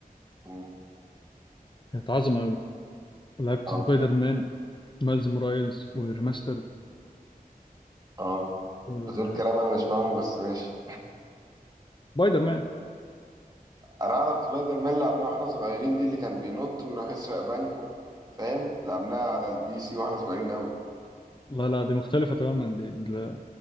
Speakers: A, on the right (about 25°); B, on the left (about 30°).
A: مم،
B: كانت عظمة قوي لعبت
A: اه
B: سبايدر مان مايلز مورايلز وريماسترد
A: اه
B: و-
A: بتقول كلام انا مش فاهمه بس ماشي
B: سبايدر مان
A: انا اعرف سبايدر مان لعبناه واحنا صغيرين دي اللي كان بينط ويروح يسرق بنك و... فاهم لعبناها على البي سي واحنا صغيرين قوي
B: لا لا دي مختلفة تماما دي دي-